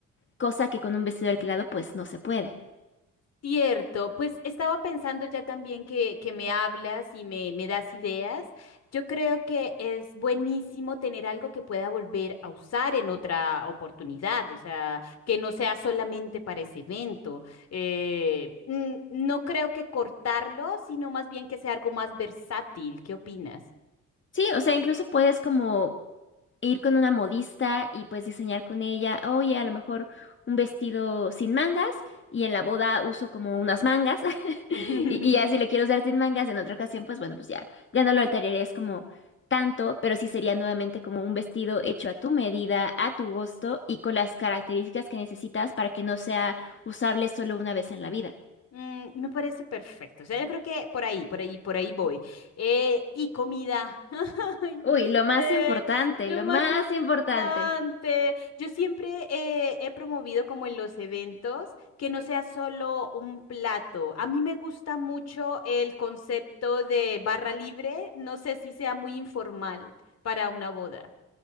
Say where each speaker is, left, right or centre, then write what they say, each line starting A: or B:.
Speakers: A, on the left (about 40°); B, on the left (about 55°).
A: cosa que con un vestido alquilado pues no se puede.
B: Cierto, pues estaba pensando ya también que, que me hablas y me, me das ideas. Yo creo que es buenísimo tener algo que pueda volver a usar en otra oportunidad, o sea, que no sea solamente para ese evento. Eh, mm, no creo que cortarlo, sino más bien que sea algo más versátil. ¿Qué opinas?
A: Sí, o sea, incluso puedes como ir con una modista y pues diseñar con ella, oye, a lo mejor un vestido sin mangas y en la boda uso como unas mangas <laughs>
B: <laughs>
A: y, y ya si le quiero usar sin mangas en otra ocasión, pues bueno, pues ya, ya no lo alteraré, es como tanto, pero sí sería nuevamente como un vestido hecho a tu medida, a tu gusto y con las características que necesitas para que no sea usable solo una vez en la vida.
B: Mm, me parece perfecto. O sea, yo creo que por ahí, por ahí, por ahí voy. Eh, y comida. <laughs> Ay,
A: Uy,
B: no sé,
A: lo más importante,
B: lo
A: lo
B: más
A: más
B: importante.
A: importante.
B: Yo siempre eh, he promovido como en los eventos que no sea solo un plato. A mí me gusta mucho el concepto de barra libre. No sé si sea muy informal para una boda.